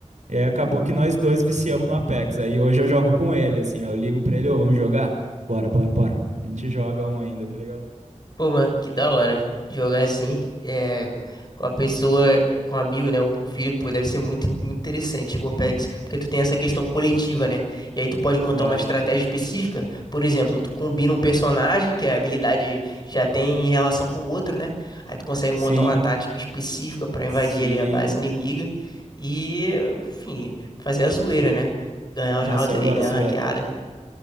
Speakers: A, on the right (about 75°); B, on the left (about 35°).
A: E aí acabou que nós dois viciamos no Apex. Aí hoje eu jogo com ele, assim, ó. Eu ligo pra ele, ô, vamos jogar? Bora, bora, bora. A gente joga um ainda, tá ligado?
B: Pô, mano, que da hora jogar assim, é, com a pessoa, com um amigo, né, ou com um filho, pô, deve ser muito, muito interessante o Apex, porque tu tem essa questão coletiva, né, e aí tu pode montar
A: É,
B: uma estratégia específica, por exemplo, tu combina um personagem que a habilidade já tem em relação com o outro, né, aí tu consegue montar
A: sim,
B: uma tática específica pra invadir
A: sim.
B: ali a base inimiga e, enfim, fazer a zoeira, né, ganhar
A: Nossa,
B: os rounds
A: eu
B: aí,
A: gosto,
B: ganhar a ranqueada.
A: velho.